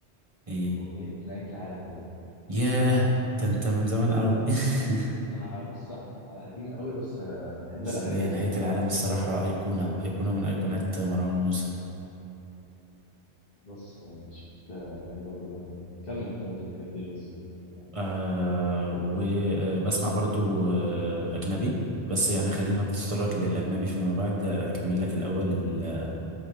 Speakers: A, on the right (about 30°); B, on the left (about 55°).
A: ايه
B: أغنية نهاية العالم غالبا
A: ياه ده انت من زمان قوي
B: اه
A: <laughs>
B: أنا بص على قديم قوي بس آه، بحب
A: بس
B: الأغاني
A: هي
B: دي
A: نهاية العالم الصراحة أيقونة أيقونة من أيقونات
B: مم.
A: مروان موسى
B: بص يعني شفت آه، أغاني برضه جامدة كمل طب أنت بتحب إيه بالظبط يعني
A: آه وبسمع
B: إيه بالظبط أوي؟
A: برضو آه أجنبي بس يعني خلينا نتطرق للأجنبي فيما بعد أكمل لك الأول ال-